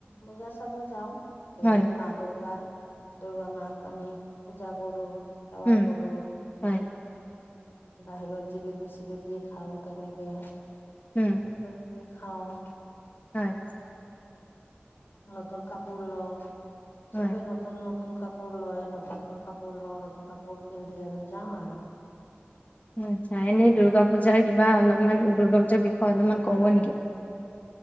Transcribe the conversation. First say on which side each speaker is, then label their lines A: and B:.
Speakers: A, on the left; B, on the left.
A: পূজা চাব যাওঁ। দেৱী
B: হয়
A: মা দুৰ্গাৰ মাক আমি পূজা কৰো, সেৱা
B: উম
A: কৰো।
B: হয়।
A: বাহিৰত জিলেপি -চিলেপি খাওঁ তেনেকে।
B: উম।
A: কিবা কিবি খাওঁ।
B: হয়।
A: নতুন কাপোৰ লও‌ঁ,
B: হয়।
A: চবে ন- নতুন নতুন কাপোৰ লয়, নতুন নতুন কাপোৰ লওঁ, নতুন কাপোৰ পিন্ধি আমি যাওঁ আৰু।
B: আচ্ছা, এনেই দুৰ্গা পূজাৰ কিবা অলপমান, দুৰ্গা পূজাৰ বিষয়ে অলপমান ক'ব নেকি?